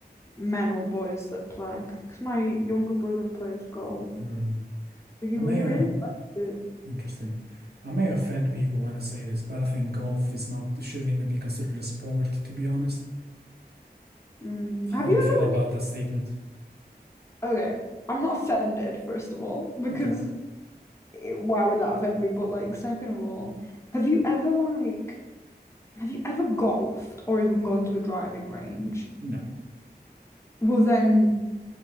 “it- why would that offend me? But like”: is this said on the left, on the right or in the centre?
Left